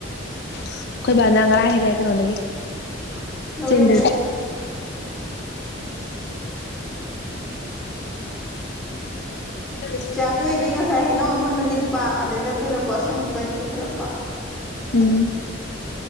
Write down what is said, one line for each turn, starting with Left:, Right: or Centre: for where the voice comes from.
Left: ꯑꯩꯈꯣꯏ ꯕꯥ ꯅ ꯉꯔꯥꯡ ꯍꯦꯛꯂꯦ ꯀꯩꯅꯣꯗꯒꯤ
Centre: ꯂꯧꯔꯦꯟꯗꯩ
Left: ꯆꯤꯡꯗꯒꯤ <inaudible> <inaudible>
Centre: ꯆꯥꯛꯄꯤ ꯍꯣꯏꯗꯩ ꯉꯁꯥꯏ ꯍꯩꯅꯧ ꯑꯃꯨꯟꯕ ꯅꯤꯛꯄ ꯑꯗꯩꯗ ꯀꯦꯜꯂꯛꯄ ꯑꯁꯪꯕ ꯀꯩꯗꯣ ꯄꯨꯈꯠꯂꯛꯄ
Left: ꯎꯝ